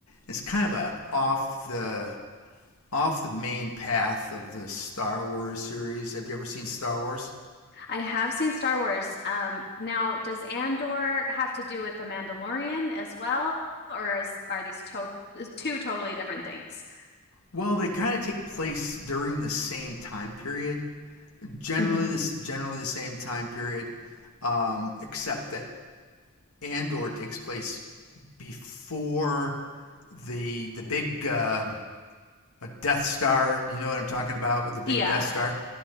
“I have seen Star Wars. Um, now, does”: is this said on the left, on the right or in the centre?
Left